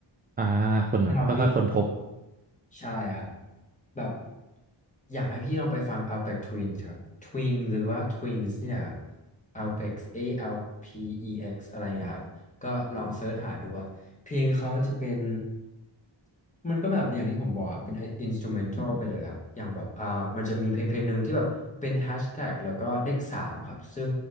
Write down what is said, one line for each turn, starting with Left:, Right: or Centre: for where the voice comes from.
Right: อ่าคนเหมือนค่อยๆค้นพบ
Left: ให้เรานิ่งกว่าเดิมใช่ครับแบบอยากให้พี่ลองไปฟัง Alpex Twins ครับ Twins หรือว่า Twins เนี่ยครับ Alpex A L P E X อเอ็กซ์อะไรนะครับ ก็ลองเซิร์ชหาดูอะเพลงเขาจะเป็นมันก็แบบอย่างที่ผมบอกครับเป็นอินสตูเมนทัลไปเลยครับอย่างแบบอ่ามันจะมีเพลงเพลงหนึ่งที่แบบเป็นแฮชแท็กแล้วก็เลขสามครับซึ่ง